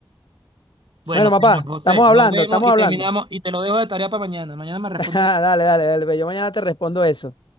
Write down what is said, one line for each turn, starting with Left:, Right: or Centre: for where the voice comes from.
Right: Bueno,
Left: Bueno,
Right: señor
Left: papá,
Right: José,
Left: estamos
Right: nos
Left: hablando,
Right: vemos
Left: estamos
Right: y
Left: hablando.
Right: terminamos y te lo dejo de tarea para mañana. Mañana me respondes.
Left: <laughs> Dale, dale, dale, ve, yo mañana te respondo eso.